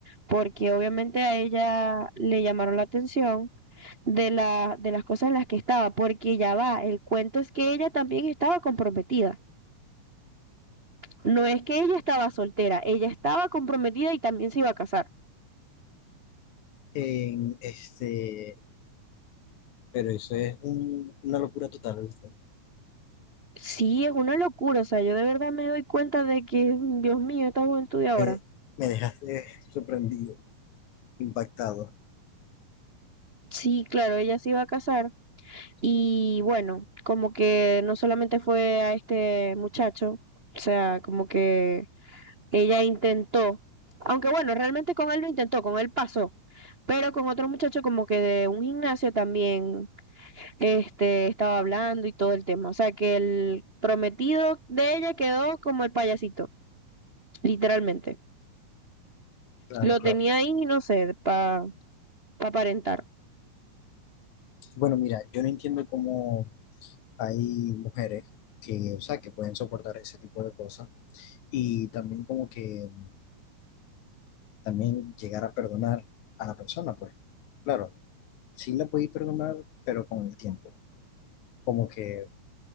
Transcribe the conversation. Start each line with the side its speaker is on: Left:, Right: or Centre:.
Right: porque obviamente a ella le llamaron la atención de la, de las cosas en las que estaba, porque ya va, el cuento es que ella también estaba comprometida. No es que ella estaba soltera, ella estaba comprometida y también se iba a casar.
Left: En este, pero eso es un- una locura total, ¿viste?
Right: Sí, es una locura, o sea, yo de verdad me doy cuenta de que, Dios mío, esta juventud de ahora.
Left: Me, me dejaste sorprendido, impactado.
Right: Sí, claro, ella se iba a casar y bueno, como que no solamente fue a este muchacho, o sea, como que ella intentó, aunque bueno, realmente con él lo intentó, con él pasó, pero con otro muchacho como que de un gimnasio también este, estaba hablando y todo el tema. O sea, que el prometido de ella quedó como el payasito, literalmente.
Left: Claro,
Right: Lo
Left: claro.
Right: tenía ahí, no sé, para aparentar.
Left: Bueno, mira, yo no entiendo cómo hay mujeres que, o sea, que pueden soportar ese tipo de cosas y también como que también llegar a perdonar a la persona, pues. Claro, sí la podéis perdonar, pero con el tiempo. Como que